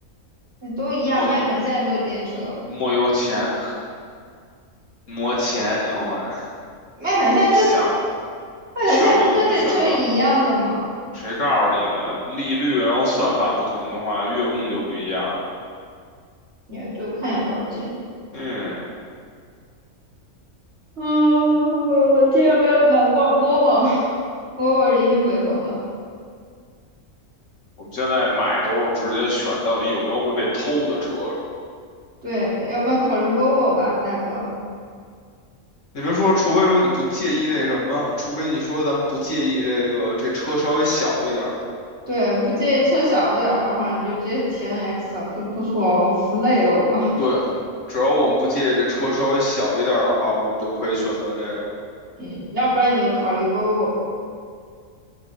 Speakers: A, on the right (about 50°); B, on the left (about 60°).
A: 那都一样，
B: 没
A: 麦肯现在都是电车，
B: 没有钱，没钱，要换。
A: 麦肯现在跟
B: 你想，
A: 麦肯现在不跟这车一样的吗？
B: 你想的我们选择，谁告诉你的？利率，然后算法不同的话，月供就不一样。
A: 也就看也不要见。
B: 嗯，
A: 嗯，我我这要不要买 Vol- v o l v o v o v o <laughs> 是一定不会投的。
B: 我们现在买都是直接选到底有没有会被偷的车，
A: 对，要不然考虑 Volvo 吧，大哥。
B: 你别说，除非说你不介意那什么，除非你说咱们不介意这个这车稍微小一点儿，
A: 对，不介意车小点儿的话，你就直接提 NX 了，不不说了，我服累了我。
B: 对，只要我们不介意这车稍微小一点儿的话，我们就可以选择这个。
A: <laughs> 嗯，要不然你就考虑 Volvo。